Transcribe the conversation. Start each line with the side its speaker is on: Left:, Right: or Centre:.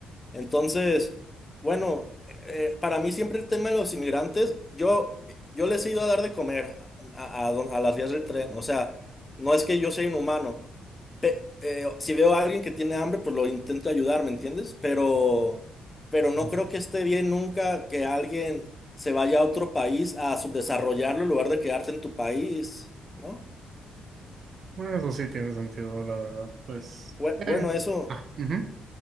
Left: Entonces, bueno, eh, para mí siempre el tema de los inmigrantes, yo, yo les he ido a dar de comer a, a- a don- a las vías del tren, o sea, no es que yo sea inhumano. pe- eh, si veo a alguien que tiene hambre, pues lo intento ayudar, ¿me entiendes? Pero, pero no
Right: Ujú.
Left: creo que esté bien nunca que alguien se vaya a otro país a subdesarrollarlo en lugar de quedarte en tu país, ¿no?
Right: Bueno, eso sí tiene sentido, la verdad. Pues,
Left: Bue-
Right: eh,
Left: Bueno, eso,
Right: ah, ujú.